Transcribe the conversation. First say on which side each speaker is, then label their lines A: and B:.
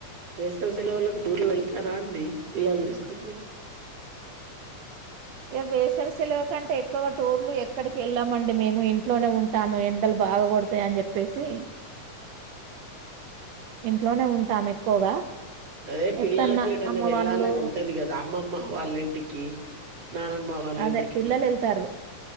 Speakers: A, on the right (about 55°); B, on the right (about 75°).
A: వేసవిసేలవులకి టూర్లు వెళ్తారా అండి పిల్లలు తీసుకో <unintelligible>
B: ఏ వేసవి సేల కంటే ఎక్కుగా టోర్లు ఎక్కడికి వెళ్ళాం మండి మేము ఇంట్లోనే ఉంటాము ఎండలు బాగా కోడ్ టాయ్ అని చెప్పేసి ఇంట్లోనే ఉంటాం ఎక్కువగా
A: ఏ పిల్లలకు
B: ఎప్పుడన్నా
A: ఏటన్నా
B: అమ్మ
A: వెళ్ళాలని
B: వాళ్ళు
A: ఉంటది కదా అమ్మమ్మ వాళ్ళ ఇంటికి నానమ్మ వాళ్ళ
B: అదే
A: ఇంటికి
B: పిల్లలు ఏళ్తారా